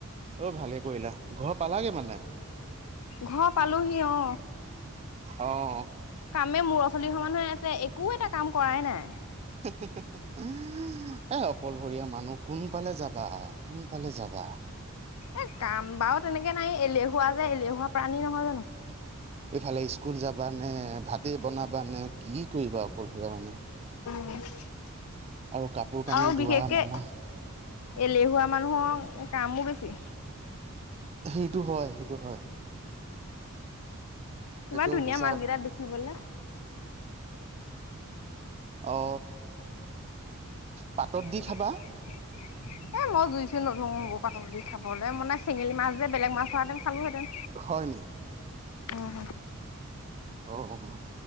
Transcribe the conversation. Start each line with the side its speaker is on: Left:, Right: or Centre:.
Right: অ ভালে কৰিলা, ঘৰ পালাগে মানে?
Left: ঘৰ পালোহি অ।
Right: অঁ।
Left: কামে মুৰৰ চুলি সমান হৈ আছে একো এটা কাম কৰাই নাই।
Right: হুঁ হুঁ হু্ঁ এওঁ। এ অকলশৰীয়া মানুহ কোন ফালে যাবা কোন ফালে যাবা
Left: এ কাম বাৰু তেনেকে নাই এলেহুৱা যে এলেহুৱা প্ৰাণী নহয় জানো।
Right: এইফালে স্কুল যাবা নে, ভাতে বনাবা নে, কি কৰিবা অকলশৰীয়া মানুহ?
Left: <unintelligible>
Right: আৰু কাপোৰ- কানি
Left: আৰু বিশেষকে
Right: ধোৱা মেলা
Left: এলেহুৱা মানুহৰ কামো বেছি।
Right: সেইটো হয়, সেইটো হয়। সেইটো
Left: ইমান ধুনীয়া
Right: সঁচা
Left: মাছ
Right: কথা
Left: কেইটা দেখিবলে।
Right: অ। পাতত
Left: <unintelligible>
Right: দি খাবা
Left: এ মই জুই-চুই নধৰো পাতত দি খাবলে, মানে চেঙেলী মাছ যে বেলেগ মাছ হোৱাহেতেন খালোহেতেন।
Right: হয় নি?
Left: উম হু।
Right: অ অ অ।